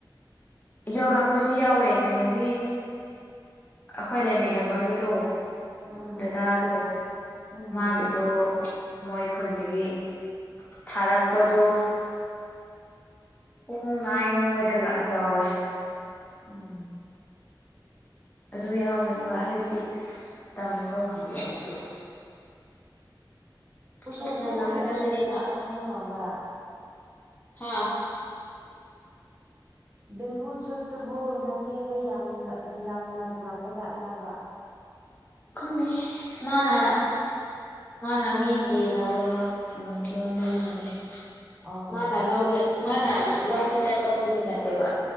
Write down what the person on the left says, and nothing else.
ꯌꯧꯔꯛꯄꯁꯨ ꯌꯥꯎꯋꯦ ꯀꯩꯅꯣꯒꯤ ꯑꯩꯈꯣꯏ ꯂꯩꯃꯤꯟꯅꯕꯒꯤꯗꯣ
ꯗꯗꯥ ꯑꯗꯣ
ꯃꯥꯒꯤꯗꯣ ꯃꯣꯏ ꯈꯨꯟꯗꯒꯤ ꯊꯥꯔꯛꯄꯗꯨ ꯄꯨꯡ ꯅꯥꯏꯅ ꯋꯥꯏꯗ ꯂꯥꯛ ꯌꯧꯋꯦ
ꯑꯗꯨ ꯌꯥꯎꯕꯅꯦ ꯋꯥ ꯍꯥꯏꯕꯗꯤ ꯇꯝꯕ ꯉꯝꯗꯕ ꯑꯗꯨ
ꯉꯟꯅ ꯂꯥꯛꯀꯗꯕꯗꯤ
ꯍꯥꯥ
ꯈꯪꯗꯦ ꯃꯥꯅ ꯃꯥꯅ ꯃꯤꯒꯤ ꯂꯧꯔꯒ ꯀꯩꯅꯣ ꯌꯣꯟꯕ ꯃꯥꯜꯂꯦ
ꯃꯥꯅ ꯂꯩ ꯃꯥꯅ ꯂꯧꯕ ꯆꯠꯄꯕꯨꯗꯤ ꯅꯠꯇꯦꯕ